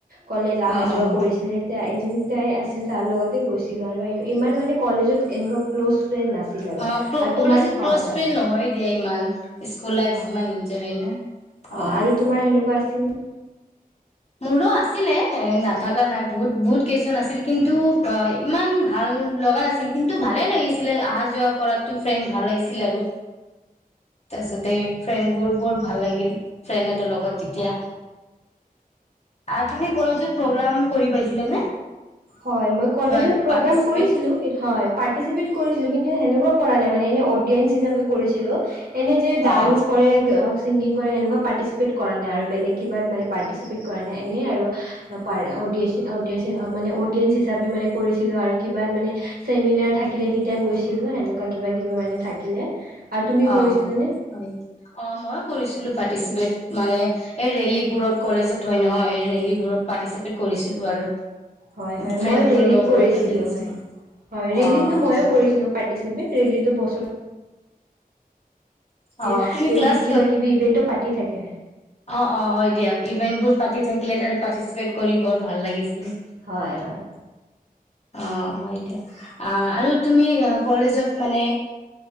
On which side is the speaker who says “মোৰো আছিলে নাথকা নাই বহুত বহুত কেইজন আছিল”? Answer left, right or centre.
Left